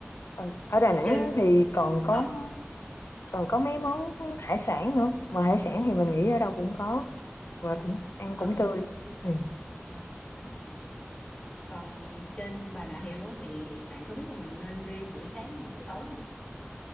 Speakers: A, on the left; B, on the left.
A: ừ. Ở Đà Nẵng
B: trên
A: thì còn có
B: ờ
A: còn có mấy món hải sản nữa mà hải sản thì mình nghĩ ở đâu cũng có mà cũng ăn
B: ừ
A: cũng tươi ừ.
B: ờ, đúng rồi đúng rồi còn trên Bà Nà Hills á thì bạn có biết là mình nên đi buổi sáng hay buổi tối không